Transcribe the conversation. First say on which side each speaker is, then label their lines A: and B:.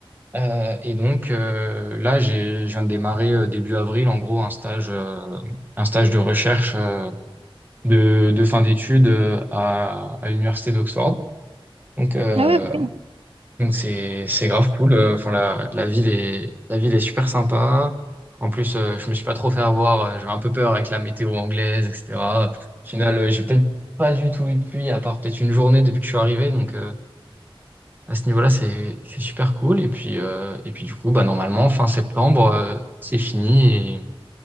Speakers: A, on the right; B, on the right.
A: Euh, et donc euh, là, j'ai, je viens de démarrer euh, début avril, en gros, un stage, euh, un stage de recherche euh, de, de fin d'études euh, à, à l'université d'Oxford. Donc, euh,
B: Ah ouais, ok.
A: donc c'est, c'est grave cool. Euh, Enfin, la, la ville est, la ville est super sympa. En plus, euh, je me suis pas trop fait avoir. euh, J'avais un peu peur avec la météo anglaise, etc. Au final, euh, j'ai peut-être pas du tout eu de pluie, à part peut-être une journée depuis que je suis arrivé. Donc, euh, à ce niveau-là, c'est c'est super cool. Et puis, euh, et puis du coup, bah, normalement, fin septembre, euh, c'est fini et il